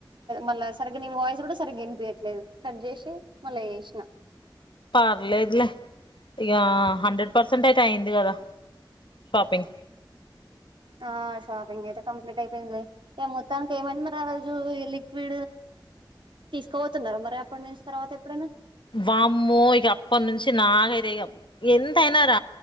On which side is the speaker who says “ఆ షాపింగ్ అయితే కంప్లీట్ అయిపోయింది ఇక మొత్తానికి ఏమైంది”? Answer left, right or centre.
Right